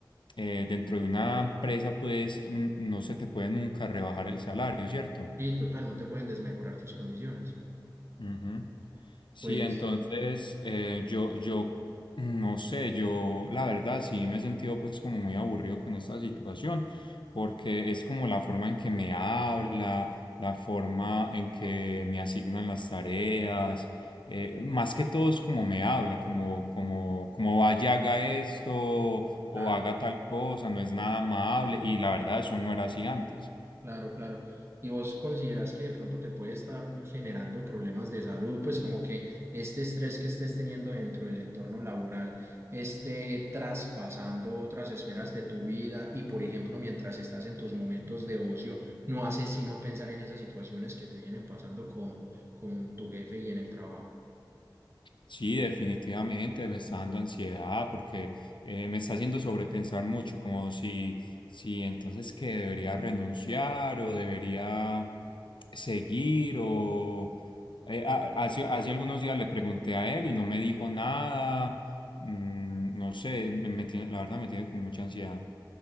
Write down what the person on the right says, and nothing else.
y total, no te pueden desmejorar tus condiciones. Sí.
Pues
claro,
claro, claro. ¿Y vos consideras que de pronto te puede estar generando problemas de salud? Pues como que este estrés que estés teniendo dentro del entorno laboral esté traspasando otras esferas de tu vida y, por ejemplo, mientras estás en tus momentos de ocio, no haces sino pensar en esas situaciones que te vienen pasando con, con tu jefe y en el trabajo.